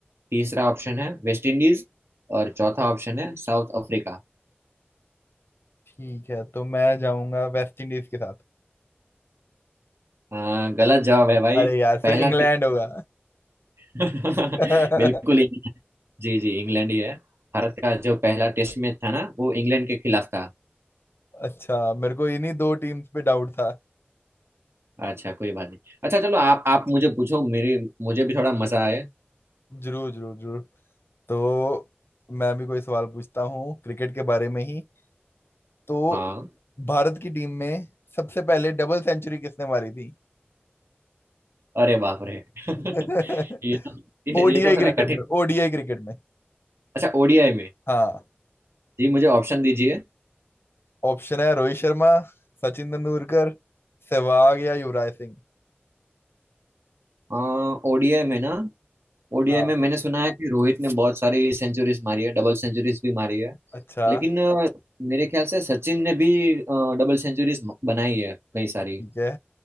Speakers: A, on the right (about 80°); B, on the left (about 65°).
A: तीसरा ऑप्शन है वेस्ट इंडीज और चौथा ऑप्शन है साउथ अफ्रीका
B: ठीक है तो मैं जाऊंगा वेस्ट इंडीज के साथ
A: हाँ, गलत जवाब है भाई
B: अरे यार
A: पहला
B: फिर इंग्लैंड
A: टेस्ट
B: होगा
A: <laughs>
B: <laughs>
A: बिल्कुल ही नहीं है। जी जी इंग्लैंड ही है भारत का जो पहला टेस्ट मैच था ना वो इंग्लैंड के खिलाफ था
B: अच्छा मेरे को इन्हीं दो टीम्स पे डाउट था
A: अच्छा कोई बात नहीं अच्छा चलो आप आप मुझे पूछो मेरे मुझे भी थोड़ा मजा आए
B: जरूर जरूर जरूर तो मैं भी कोई सवाल पूछता हूँ क्रिकेट के बारे में ही तो
A: हाँ
B: भारत की टीम में सबसे पहले डबल सेंचुरी किसने मारी थी
A: अरे बाप रे <laughs>
B: <laughs> किसने
A: ये तो ये,
B: ओडीआई
A: ये तो
B: मारी
A: थोड़ा
B: क्रिकेट
A: कठिन
B: में ओडीआई क्रिकेट में
A: अच्छा ओडीआई में
B: हाँ
A: जी मुझे ऑप्शन दीजिए
B: ऑप्शन है रोहित शर्मा सचिन तेंदुलकर सहवाग या युवराज सिंह
A: हाँ, ओडीआई में ना ओडीआई
B: हाँ
A: में मैंने सुना है कि रोहित ने बहुत सारी सेंचुरीज मारी है डबल सेंचुरीज भी मारी है
B: अच्छा
A: लेकिन अ, मेरे ख्याल से सचिन ने भी डबल सेंचुरीज बनाई है कई सारी
B: ठीक है